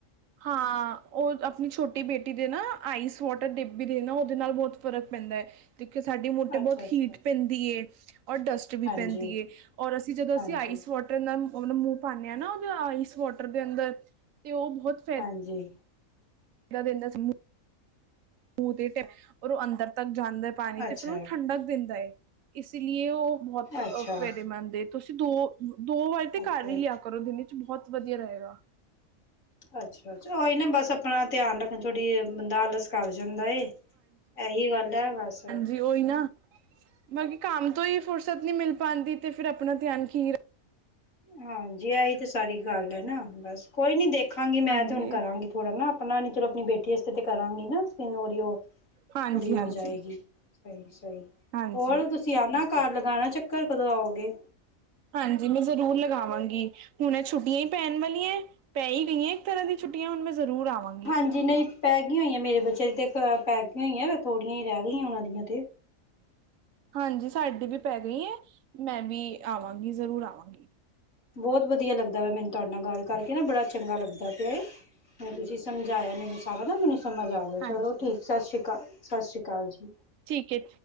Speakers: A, on the right; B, on the left.
A: ਹਾਂ ਓ ਆਪਣੀ ਛੋਟੀ ਬੇਟੀ ਦੇ ਨਾ ਆਈਸ ਵਾਟਰ ਡਿੱਬੀ ਦੇਨਾ ਓਦੇ ਨਾਲ ਬੌਤ ਫ਼ਰਕ ਪੈਂਦਾ ਏ। ਦੇਖਿਓ ਸਾਡੀ ਮੋਟੋ
B: ਅੱਛਾ
A: ਬੌਤ
B: ਅੱਛਾ
A: ਹੀਟ ਪੈਂਦੀ ਏ ਔਰ ਡਸਟ ਵੀ
B: ਹਾਂਜੀ
A: ਪੈਂਦੀ ਏ ਔਰ ਅਸੀ ਜਦੋ
B: ਹਾਂਜੀ
A: ਅਸੀ ਆਈਸ ਵਾਟਰ ਨਾਲ ਮਲਬ ਮੂੰ ਪਾਨੇ ਆਂ ਨਾ ਓਦੇ ਆਈਸ ਵਾਟਰ ਦੇ ਅੰਦਰ ਤੇ ਓ ਬਹੁਤ
B: ਹਾਂਜੀ
A: ਕੈ ਦੇਂਦੇ ਆਂ ਅਸੀ ਮੂੰਹ ਤੇ ਔਰ ਓ ਅੰਦਰ ਤੱਕ ਜਾਂਦਾ ਏ ਤਾਂਹੀ
B: ਅੱਛਾ
A: ਤੇ ਫਿਰ ਉਨੂੰ ਠੰਡਕ ਦੇਂਦਾ ਐ। ਇਸ ਲੀਏ ਓ ਬਹੁਤ
B: ਅੱਛਾ
A: ਓਫੇਰੇਮੰਦ ਏ ਤੁਸੀ ਦੋ, ਦੋ ਵਾਰੀ ਤੇ
B: ਅੱਛਾ
A: ਘਰ ਈ ਲਿਆ ਕਰੋ ਦਿਨ ਚ ਬਹੁਤ ਵਧੀਆ ਰਏਗਾ।
B: ਅੱਛਾ, ਅੱਛਾ ਓਈ ਨਾ ਬਸ ਆਪਣਾ ਧਿਆਨ ਰੱਖਣ ਥੋੜ੍ਹੀ ਬੰਦਾ ਆਲਸ ਕਰ ਜਾਂਦਾ ਏ ਐਹੀ ਗੱਲ ਐ ਬਸ
A: ਜੀ ਓਈ ਨਾ ਬਲਕਿ ਕੰਮ ਤੋ ਈ ਫੁਰਸਤ ਨੀ ਮਿਲ ਪਾਂਦੀ ਤੇ ਫਿਰ ਆਪਣਾ ਧਿਆਨ ਕਿਵ
B: ਹਾਂਜੀ ਐਈ ਤੇ ਸਾਰੀ ਗੱਲ ਐ ਨਾ ਬਸ ਕੋਈ ਨੀ ਦੇਖਾਂਗੀ ਮੈਂ
A: ਹਾਂਜੀ
B: ਤੇ ਹੁਣ ਕਰਾਂਗੀ। ਥੋੜਾ ਨਾ ਆਪਣਾ ਨੀ ਤੇ ਆਪਣੀ ਬੇਟੀ ਆਸਤੇ ਤੇ ਕਰਾਂਗੀ ਨਾ ਸਕਿਨ ਓਦੀ ਓ
A: ਹਾਂਜੀ
B: ਥੋੜੀ ਓ
A: ਹਾਂਜੀ
B: ਹੋ ਜਾਏਗੀ ਸਈ, ਸਈ
A: ਹਾਂਜੀ
B: ਹੋਰ ਤੁਸੀ ਆਨਾ ਘਰ ਲਗਾਣਾ ਚੱਕਰ ਕਦੋ ਆਓਗੇ?
A: ਹਾਂਜੀ ਮੈ ਜ਼ਰੂਰ ਲਗਾਵਾਂਗੀ ਹੁਨੇ ਛੁੱਟੀਆਂ ਈ ਪੈਣ ਵਾਲੀਆਂ ਏ ਪੈ ਈ ਗਈਆਂ। ਤਰ੍ਹਾਂ ਦੀ ਛੁੱਟੀਆਂ ਹੁਣ ਮੈਂ ਜ਼ਰੂਰ ਆਂਵਾਂਗ
B: ਹਾਂਜੀ ਨਈ ਪੈ ਗੀ ਹੋਈਆਂ ਮੇਰੇ ਬੱਚਿਆਂ ਦੀ ਤੇ ਪੈ ਗੀਆਂ ਹੋਈਆਂ ਥੋੜੀਆਂ ਈ ਰੈ ਗੀਆਂ ਓਨਾਂ ਦੀਆਂ ਤੇ।
A: ਹਾਂਜੀ ਸਾਡੀ ਵੀ ਪੈ ਗਈ ਏ ਮੈਂ ਵੀ ਆਵਾਂਗੀ ਜ਼ਰੂਰ ਆਵਾਂਗੀ।
B: ਬੌਤ ਵਧੀਆ ਲੱਗਦਾ ਵਾ ਮੈਨੂੰ ਤਾਡੇ ਨਾਲ ਗੱਲ ਕਰਕੇ ਨਾ ਬੜਾ ਚੰਗਾ ਲੱਗਦਾ ਪਿਆ ਏ। ਹੁ ਤੁਸੀ ਸਮਝਾਇਆ
A: ਅੱਛਾ
B: ਮੈਨੂੰ ਸਾਰਾ ਦਾ ਮੈਨੂੰ ਸਮਝ ਆ ਗਿਆ
A: ਹਾਂਜੀ
B: ਚਲੋ ਠੀਕ ਸਾਸਰੀ ਕਾਲ। ਸਾਸਰੀ ਕਾਲ ਜੀ।
A: ਠੀਕ ਏ,